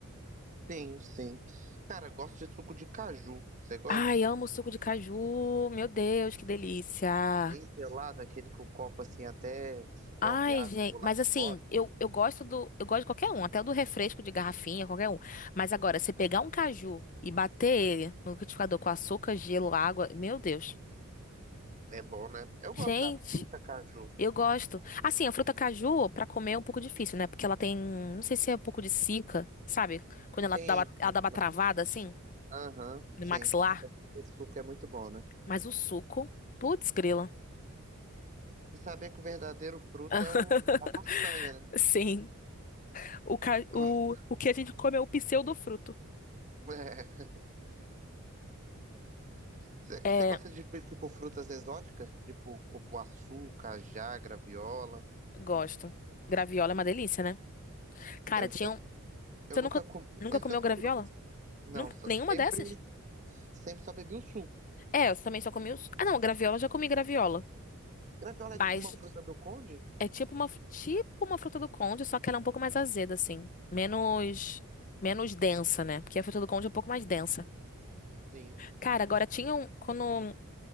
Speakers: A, on the right; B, on the left.
A: Sim, sim. Cara, gosto de suco de caju. Você gosta?
B: Ai, amo o suco de caju. Meu Deus, que delícia.
A: Bem gelado, aquele que o copo assim até escorre
B: Ai,
A: água
B: gente,
A: pro lado
B: mas assim,
A: de fora.
B: eu, eu gosto do, eu gosto de qualquer um, até o do refresco de garrafinha, qualquer um. Mas agora, se pegar um caju e bater ele no liquidificador com açúcar, gelo, água, meu Deus.
A: É bom, né? Eu
B: Gente,
A: gosto da fruta caju.
B: eu gosto. Assim, a fruta caju pra comer é um pouco difícil, né? Porque ela tem, não sei se é um pouco de cica, sabe? Quando ela
A: Sim,
B: dá uma, ela
A: sim.
B: dá uma travada assim
A: Aham,
B: no
A: sim.
B: maxilar,
A: Mas esse suco é muito bom, né?
B: mas o suco, putz, grila.
A: Você sabia que o verdadeiro fruto
B: <laughs>
A: é o, a castanha, né?
B: Sim, o, ca... o,
A: <laughs>
B: o que a gente come é o pseudofruto.
A: É. Você
B: É.
A: você gosta de, tipo, frutas exóticas? Tipo cupuaçu, cajá, graviola?
B: Gosto. Graviola é uma delícia, né? Cara,
A: Eu,
B: tinha
A: assim,
B: um...
A: eu
B: Você
A: nunca
B: nunca,
A: comi
B: nunca
A: essas
B: comeu graviola?
A: frutas. Não,
B: Nunca...
A: só-
B: Nenhuma
A: sempre,
B: dessas?
A: sempre só bebi o suco.
B: É, eu também só comi os... Ah, não, graviola, eu já comi graviola.
A: Graviola
B: Mas
A: é tipo uma fruta do conde?
B: é tipo uma, fru- tipo uma fruta do conde, só que ela é um pouco mais azeda, assim. Menos... Menos densa, né? Porque a fruta do conde é um pouco mais densa.
A: Sim.
B: Cara, agora tinha um... Quando